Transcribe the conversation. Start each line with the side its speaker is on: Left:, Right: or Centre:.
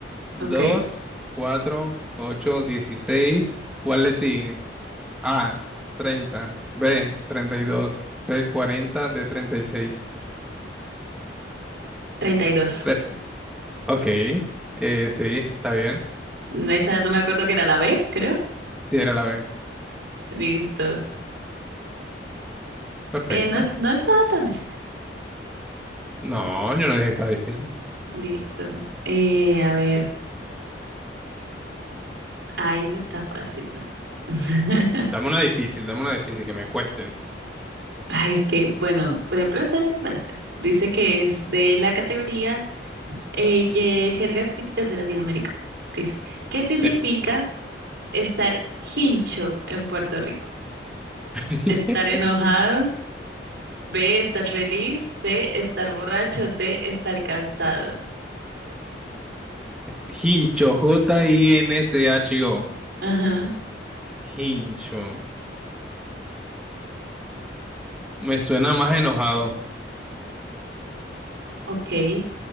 Centre: Dos,
Right: ok.
Centre: 4, 8, 16. ¿Cuál le sigue? A, 30, B, 32, C, 40, D, 36.
Right: 32.
Centre: Re- ok, eh, sí, está bien.
Right: Esa no me acuerdo que era la B, creo.
Centre: Sí, era la B.
Right: Listo.
Centre: Perfecto.
Right: Eh, no, es- no estaba tan difícil.
Centre: No, yo no dije que estaba difícil.
Right: Listo. Eh, a ver. Ahí se está fácil, ¿no? <laughs>
Centre: Dame una difícil, dame una difícil que me cueste.
Right: Ay, es que, bueno, por ejemplo, esta yo no me la sé. Dice que es de la categoría eh, que jergas típicas de Latinoamérica. Dice, ¿qué significa
Centre: Sí.
Right: estar hincho en Puerto Rico?
Centre: <laughs>
Right: Estar enojado, B, estar feliz, C, estar borracho, D, estar cansado.
Centre: Hincho, J-I-N-C-H-O.
Right: Ajá,
Centre: Hincho. Me suena más enojado.
Right: ok.